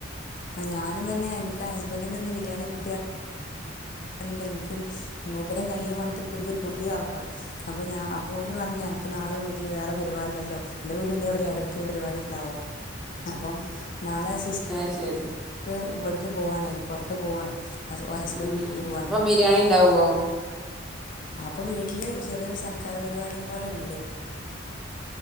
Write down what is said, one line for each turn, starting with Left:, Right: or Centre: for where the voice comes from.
Left: ആ ഞാനും തന്നെ എനിക്ക് ഹസ് <unintelligible> നിന്ന് ബിരിയാണി കിട്ടിയ <unintelligible> ന്ക്കും മൂപ്പരെ കയ്യെ മണത്തിട്ട്ന്ക്ക് കൊതിയാവും. അപ്പൊഞാ അപ്പൊ ഓര് പറഞ്ഞു എനിക്ക് നാളെ വീട്ടിൽ വേറെ പരിവാ ണ്ടല്ലോ എന്റെ <unintelligible> <unintelligible> <unintelligible> അപ്പം. നാളെ സിസ്റ്റർ
Centre: അത് ശരി
Left: ഇവിടക്ക് പോവാൻ പോർത്ത് പോവാണ്. ഓരെ ഹസ്ബൻഡന്റെത്തക്ക്
Centre: ഉം
Left: പോവാണ്.
Centre: അപ്പം ബിരിയാണി ഉണ്ടാവോ
Left: അപ്പം വീട്ടിൽ ചെറിയൊരു സൽക്കാര പരിപാടി പോലെണ്ട്.